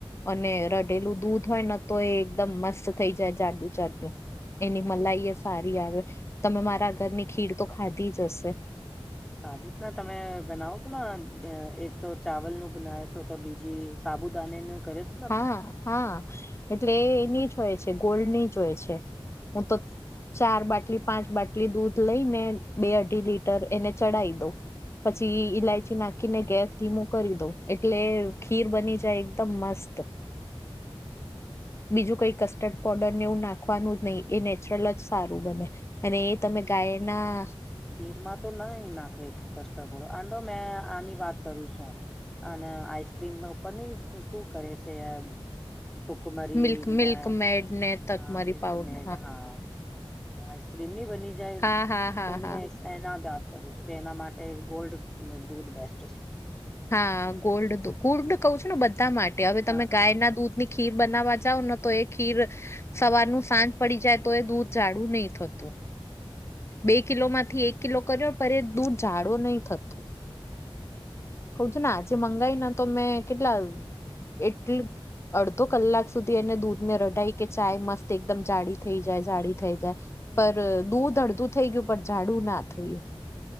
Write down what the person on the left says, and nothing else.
અને રઢેલું દૂધ હોય ને તો એ એકદમ મસ્ત થઈ જાય જાડું જાડું. એની મલાઈ એ સારી આવે. તમે મારા ઘરની ખીર તો ખાધી જ હશે.
હા હા હા... એટલે એની જ હોય છે ગોલ્ડ ની જ હોય છે.
હું તો
ચાર બાટલી, પાંચ બાટલી દૂધ લઈ ને બે અઢી લીટર એને ચડાઈ દઉં. પછી ઈલાયચી નાખીને ગેસ ધીમું કરી દઉં એટલે.. ખીર બની જાય એકદમ મસ્ત. <unintelligible>
બીજું કઈ કસ્ટર્ડ પોડર ને એવું નાખવાનું જ નહી એ નેચરલ જ સારું બને. અને એ તમે ગાયના
મિલ્ક
મિલ્ક મેડ ને તકમરી
પાઉડ
હા હા હા
હા
હા.. ગોલ્ડ હતું ગોલ્ડ કઉં છું ને બધા માટે હવે તમે
ગાય ના દૂધની ખીર બનાવવા જાવ ને તો એ ખીર સવારનું સાંજ પડી જાય તો એ દૂધ જાડું નહી થતું.
બે કિલો માંથી એક કિલો કર્યો પણ એ દૂધ જાડો નહી થતો. કઉ છું ને આજે મંગાવયું ને તો મેં કેટલા એક લી અડધો કલાક સુધી એને દૂધ ને રઢાય કે ચાય મસ્ત એકદમ જાડી થઈ જાય જાળી થઈ જાય પર દૂધ અડધું થઈ ગયું પણ જાડું ના થયું.